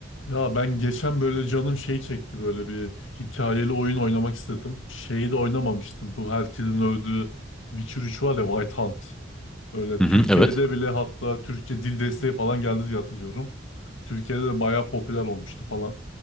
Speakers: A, on the left; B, in the centre.
A: Ya ben geçen böyle canım şey çekti böyle bir hikayeli oyun oynamak istedim. Şeyi de oynamamıştım. Bu herkesin övdüğü Witcher 3 var ya White Hunt. Böyle
B: Hı
A: Türkiye'de
B: hı, evet.
A: bile hatta Türkçe dil desteği falan geldi diye hatırlıyorum. Türkiye'de de bayağı popüler olmuştu falan.